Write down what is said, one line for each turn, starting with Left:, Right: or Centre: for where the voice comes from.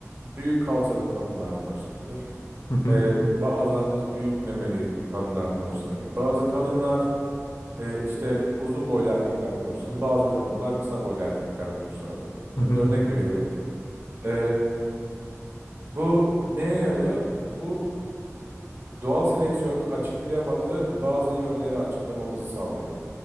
Right: büyük kalçalı kadınlardan hoşlanır.
Left: hı.
Right: E, bazılarımız büyük memeli kadınlardan hoşlanır. Bazı kadınlar e, işte uzun boylu erkeklerden hoşlanır. Bazı kadınlar kısa boylu erkeklerden hoşlanır.
Left: Hı
Right: Ö-
Left: hı.
Right: örnek veriyorum. E, bu neye yarıyor? Bu Doğal seleksiyonun açıklayamadığı bazı yönleri açıklamamızı sağlıyor.